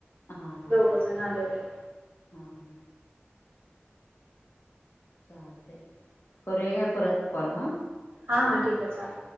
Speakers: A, on the left; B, on the right.
A: हा हा हा
B: दोघजण आले होते.
A: हा चालतय करूया काय परत कॉल हं.
B: हा हा ठीक आहे चालेल.